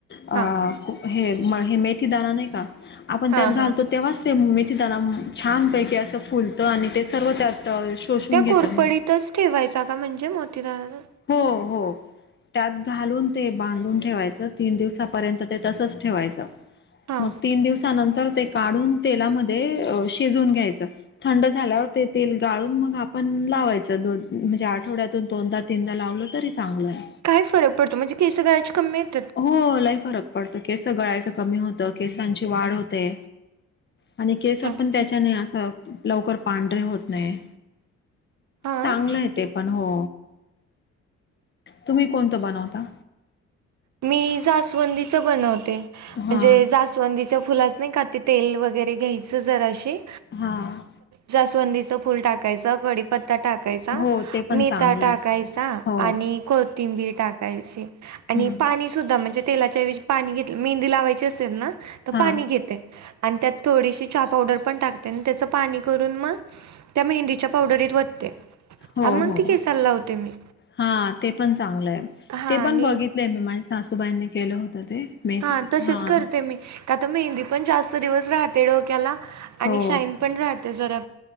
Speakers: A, on the left; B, on the right.
A: अ
B: हां,
A: हे हे मेथी दाना नाही का आपण
B: हां,
A: त्यात घालतो
B: हां.
A: तेव्हाच ते मेथी दाणा छानपैकी असं फुलतं आणि ते सर्व त्यात शोषून
B: त्या
A: घेतं
B: कोरपडीतच ठेवायचा का म्हणजे मोतीदारां
A: हो हो. त्यात घालून ते बांधून ठेवायचं, तीन दिवसापर्यंत ते तसंच ठेवायचं.
B: हां.
A: मग तीन दिवसानंतर ते काढून, तेलामध्ये शिजून घ्यायचं. थंड झाल्यावर ते तेल गाळून मग, आपण लावायचं, दोन म्हणजे आठवड्यातून दोनदा. तीनदा लावलं तरी चांगलंये.
B: काय फरक पडतो, म्हणजे केस गळयाची कमीत.
A: हो लई फरक पडत, केस गळायचं कमी होतं, केसांची वाढ होते. आणि केस
B: हां,
A: पण त्याच्याने, असं लवकर पांढरे होत नाही.
B: हां.
A: चांगलंय ते पण हो. तुम्ही कोणतं बनवता?
B: मी जास्वंदीच बनवते, म्हणजे
A: हां,
B: जास्वंदीच्या फुला नाही का, तेल वगैरे घ्यायच जरासे
A: हां.
B: जासवंदी फुल टाक टाकायचा, कडीपत्ता टाकायचा,
A: हो, ते पण
B: मेथा
A: चांगलं
B: टाकायचा
A: आहे. हो,
B: आणि को तीबी टाकायची आणि
A: हं.
B: पाणी सुद्धा म्हणजे तेलाच्या ऐवजी पाणी घेतल, मेहंदी लावायची असेल ना तर
A: हां.
B: पाणी घेते. आणि त्यात थोडीशी चहा पावडर पण टाकते, आणि त्याचं पाणी करून म त्या मेहंदीच्या पावडरीत वतते.
A: हो
B: मग
A: हो
B: ती केसाला लावते मी.
A: हा, ते पण चांगलंये
B: हा
A: ते
B: आणि
A: पण बघित मी माझ्या सासूबाईंनी केलं होतं ते मी
B: हा तसेच
A: हां.
B: करते मी, का तरश मेहंदी पण जास्त दिवस राहते डोक्याला. आणि
A: हो,
B: शाईन पण राहते जरा,